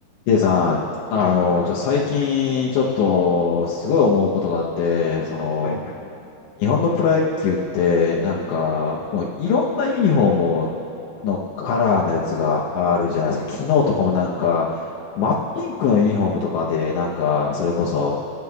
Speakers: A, on the left; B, on the left.
A: K さん、あの、
B: はい。
A: ちょ、最近、ちょっと、すごい思うことがあって、その、
B: はいはい。
A: 日本のプロ野球って、なんか、もういろんなユニフォームのカラーのやつがあるじゃないですか。昨日とかもなんか、真っピンクのユニフォームとかで、なんか、それこそ、